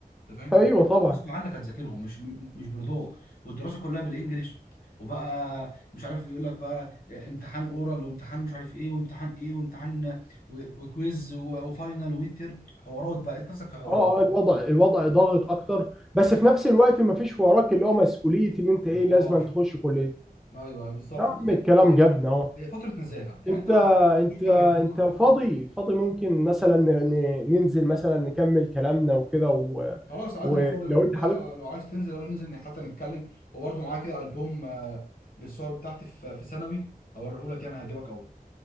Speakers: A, on the left; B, in the centre.
A: انت فاهم
B: ايوه طبعا
A: غصب عنك هتذاكرهم مش م- مش برضاك والدراسه كلها بالانجلش وبقى مش عارف يقول لك بقى امتحان اورال وامتحان مش عارف ايه وامتحان ايه وامتحان و- وكويز و- وفاينل وميد تيرم حوارات بقى انت نفسك في حوارات
B: اه آه، الوضع الوضع ضاغط اكتر بس في نفس الوقت ما فيش وراك اللي هو مسؤوليه اللي انت ايه
A: بالظبط
B: لازم أن تخش كليه
A: ايوه أيوة، بالظبط
B: يا عم
A: بص
B: الكلام
A: هي
B: جبنا اهو
A: هي فتره نزاهه يعني
B: انت
A: انت بتروح
B: انت
A: كده بهدومك
B: انت فاضي فاضي ممكن مثلا ن- ن- ننزل مثلا نكمل كلامنا وكده و...
A: خلاص عادي
B: ولو
A: انا فاضي لو
B: انت
A: كده
B: حابب
A: لو عايز تنزل يلا ننزل حتى نتكلم وبرده معايا كده البوم آه، للصور بتاعتي في في ثانوي هوريهولك يعني هيعجبك قوي